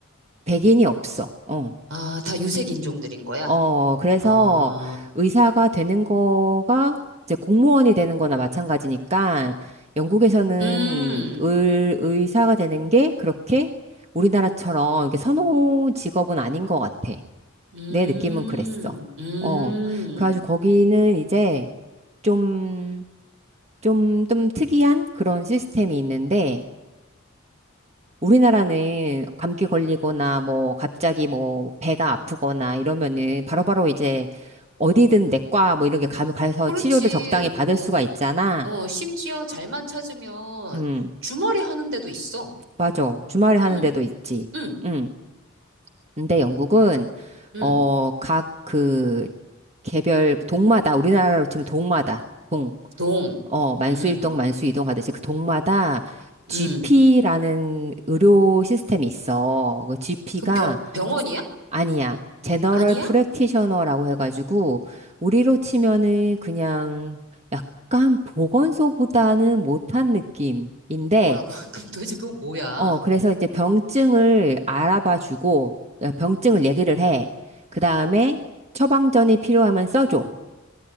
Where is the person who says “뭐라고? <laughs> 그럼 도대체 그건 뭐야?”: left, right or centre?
Right